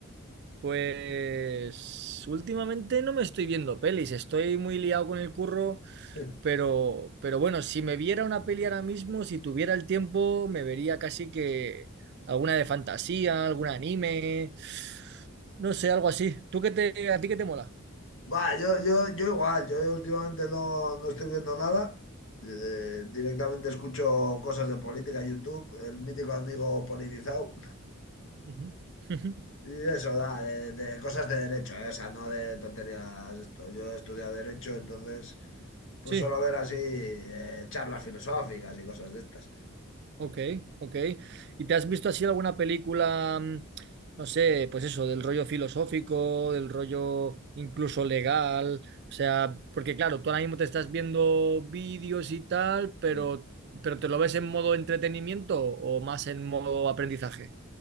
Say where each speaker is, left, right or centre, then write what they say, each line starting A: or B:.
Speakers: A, on the right; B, on the left.
A: Pues últimamente no me estoy viendo pelis, estoy muy liado con el curro,
B: <laughs>
A: pero, pero bueno, si me viera una peli ahora mismo, si tuviera el tiempo, me vería casi que alguna de fantasía, algún anime, no sé, algo así. ¿Tú qué te, a ti qué te mola?
B: Va, yo, yo, yo igual, yo últimamente no, no estoy viendo nada, eh, directamente escucho cosas de política, YouTube, el mítico amigo politizado.
A: Ujú. <laughs>
B: Y eso da, de, de cosas de derecho, ¿eh? O sea, no de tonterías esto. Yo he estudiado derecho, entonces, pues
A: Sí.
B: solo ver así eh, charlas filosóficas y cosas de estas.
A: Ok, ok. ¿Y te has visto así alguna película, mm, no sé, pues eso, del rollo filosófico, del rollo incluso legal? O sea, porque claro, tú ahora mismo te estás viendo vídeos y tal, pero,
B: Mm.
A: pero ¿te lo ves en modo entretenimiento o más en modo aprendizaje?